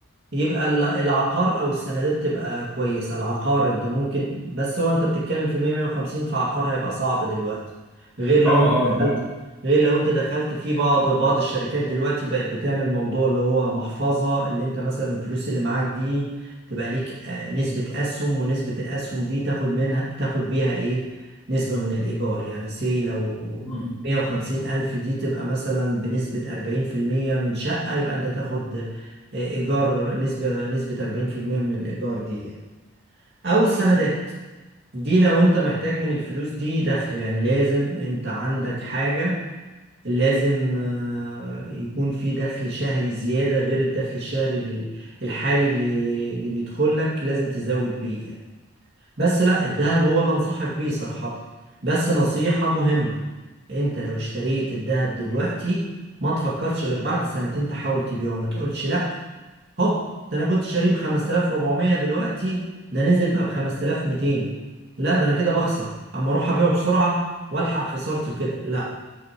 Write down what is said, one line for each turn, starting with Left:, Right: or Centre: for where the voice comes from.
Right: يبقى ال- العقار او السندات تبقى كويسه العقار انت ممكن بس هو انت بتتكلم في 100 150 فعقار هيبقى صعب دلوقتي غير لو
Centre: اه اه
Right: انت دخلت
Centre: لا
Right: غير لو انت دخلت في بعض بعض الشركات دلوقتي بقت بتعمل موضوع اللي هو محفظه اللي انت مثلا الفلوس اللي معاك دي تبقى ليك آه، نسبه اسهم ونسبه الاسهم دي تاخد منها تاخد بيها ايه نسبه من الايجار يعني سي لو
Centre: امم
Right: 150 ألف دي تبقى مثلا بنسبة 40% من شقة يبقى أنت تاخد ايجار نسبه نسبه 40% من الايجار دي يعني. او السندات دي لو انت محتاج من الفلوس دي دخل يعني لازم انت عندك حاجه لازم آه، يكون في دخل شهري زياده غير الدخل الشهري ال- الحالي اللي اللي بيدخل لك لازم تزود بيه يعني. بس لا الذهب هو اللي انصحك بيه صراحه بس نصيحه مهمه انت لو اشتريت الذهب دلوقتي ما تفكرش غير بعد سنتين تحاول تبيعه ما تقولش لا هوب ده انا كنت شاريه ب 5400 دلوقتي ده نزل بقى ب 5200 لا ده انا كده بخسر اما اروح ابيعه بسرعه والحق خسارته كده لا